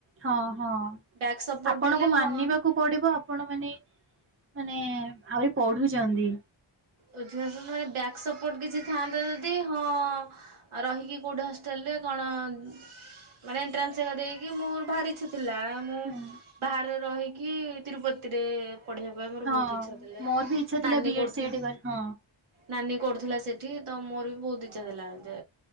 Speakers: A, on the right; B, on the right.
A: ହଁ ହଁ
B: ବ୍ୟାକ୍ ସପୋର୍ଟ
A: ଆପଣଙ୍କୁ
B: ଥିଲେ
A: ମାନିବାକୁ
B: ହଁ
A: ପଢିବ ଆପଣ ମାନେ ମାନେ ଆହୁରି ପଢୁଛନ୍ତି।
B: ଯେହେତୁ ନହେଲେ ବ୍ୟାକ୍ ସପୋର୍ଟ କିଛି ଥାହାନ୍ତା ଯଦି, ହଁ ଆଉ ରହିକି କଉଠି ହଷ୍ଟେଲରେ କଣ ମାନେ ଏଣ୍ଟ୍ରାନ୍ସ ହେକା ଦେଇକି ମୋର ଭାରି ଇଛା ଥିଲା, ମୁଁ
A: ହୁଁ
B: ବାହାରେ ରହିକି ତିରୁପତିରେ ପଢ଼େଇବା ପାଇଁ ମୋର
A: ହଁ
B: ବହୁତ ଇଚ୍ଛା ଥିଲା,
A: ମୋର ବି ଇଚ୍ଛା ଥିଲା
B: ନାନୀ
A: ବି
B: କରୁଥିଲା।
A: ଏଡ୍ ସି ଏଡ୍ କରି ହଁ।
B: ନାନୀ କରୁଥିଲା ସେଠି ତ ମୋର ବି ବହୁତ ଇଚ୍ଛା ଥିଲା, ଯେ